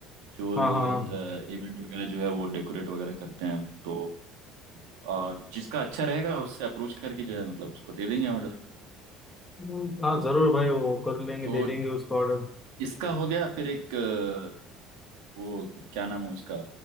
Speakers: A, on the right; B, on the left.
A: जो
B: हाँ हाँ
A: इवेंट वगैरह जो है वो डेकोरेट वगैरह करते हैं तो अ, जिसका अच्छा रहेगा उससे अप्रोच करके जो है मतलब उसको दे देंगे ऑर्डर
B: हाँ हाँ, जरूर भाई वो कर लेंगे
A: तो
B: दे देंगे उसको ऑर्डर
A: इसका हो गया फिर एक अ, वो क्या नाम है उसका